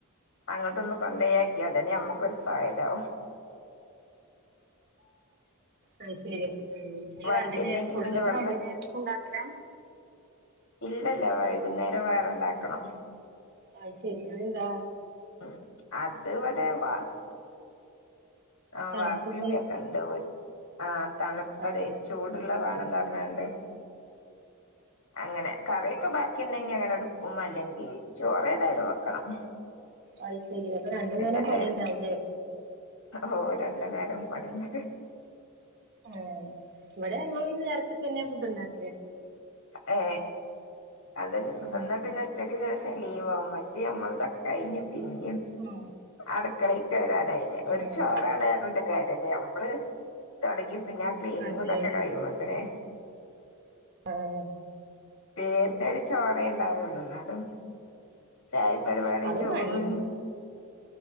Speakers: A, on the left; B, on the right.
A: അങ്ങോട്ടൊന്ന് കൊണ്ടയാക്കി അതെന്നെ നമ്മുക്കൊരു സ്വയ താവും
B: അ ശരി ഉ
A: വണ്ടി
B: രണ്ട
A: ഉണ്ടെങ്കി
B: നേര ഫുൊക്കെ
A: പിന്നെ ഇവിടുന്ന്
B: <unintelligible> രണ്ട നേരത്തേക്ക ഉണ്ടാക്കല
A: ഇല്ലല്ല വൈകുന്നേരം വേറെണ്ടാക്കണം
B: അ യ്ശരി അയ് ന്താ
A: ഉം അത് വിടെ വ ആ
B: തണുപ്പിക്കണ്
A: വാപ്പിം ഇമ്മിം ഒക്കെ ഉണ്ട് ഇവി ആ തണുപ്പതേ
B: ആഹ്
A: ചൂടുള്ള വേണന്ന് റിഞ്ഞാ ണ്ട് അങ്ങനെ കറിയൊക്കെ ബാക്കി ഉണ്ടെങ്കി അങ്ങനെ എടുക്കും അല്ലെങ്കിൽ ചോറ് ഏതായാലും വെക്കണം
B: അത് ശരി അപ്പൊ രണ്ടു
A: പിന്നെ
B: നേരം
A: എന്തെങ്കിലും
B: പണി യുണ്ടാവില്ലേ
A: ഓ രണ്ടു നേരം പണി െന്ന
B: ആഹ് ഇവിടെ ഒരു നേരത്തി തന്നെ ഫുഡ്ുണ്ടാക്ക
A: ഏ അതന്നെ സുഖ
B: ഉം
A: എന്നാ പിന്നെ ഉച്ചക്ക് ശേഷം ലീവ് ആവും മറ്റെത് നമ്മളെ തൊക്കെ കഴിഞ്ഞിട് പിന്നെം
B: ഉം
A: അടുക്കളെക്ക് രാൻ
B: ഉം
A: ഒരു ചോറാണ് റിഞ്ഞിട്ട് കാര്യല്ലേ നമ്മള് തുടങ്ങി പിന്നെ ആ ക്ലീനിംഗുഇതൊക്കെ
B: അതെ
A: കഴിയും മ്പോത്തിന്
B: ആഹ
A: പേനിനൊരു ചോറെ ഉണ്ടാവണ്ടൂ എന്നാലും ചായപരിവാടി
B: അതും
A: ചോറും
B: പണി